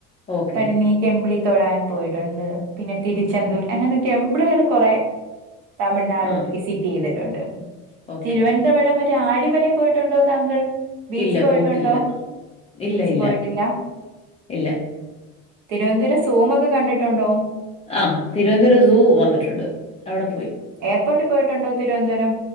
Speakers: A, on the left; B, on the right.
A: ഓക്കെ
B: പഴനി ടെമ്പിളിൽ തൊഴാൻ പോയിട്ടുണ്ട് പിന്നെ തിരുച്ചെന്തൂർ
A: ഉം.
B: അങ്ങനെ ടെമ്പിളുകൾ കൊറേ തമിഴ്നാട്
A: ആ
B: വിസിറ്റ് ചെയ്തിട്ടുണ്ട്
A: ഓക്കെ
B: തിരുവനന്തപുരം
A: ഓക്കെ
B: മറ്റ് റ്റേ ആഴിമലയിൽ പോയിട്ടുണ്ടോ താങ്കൾ ബീച്ചി
A: ഇല്ല
B: പോയിട്ടുണ്ടോ
A: പോയിട്ടില്ല ഇല്ല
B: ബീച്ചി
A: ഇല്ല
B: പോയിട്ടില്ല
A: ഇല്ല
B: തിരുവനന്തപുരം സൂമ് ഒക്കെ കണ്ടിട്ടുണ്ടോ
A: ആഹ് തിരുവനന്തപുരം സൂ വന്നിട്ടുണ്ട് അവിടെ പോയി
B: എയർപോർട്ടിൽ പോയിട്ടുണ്ടോ തിരുവനന്തപുരം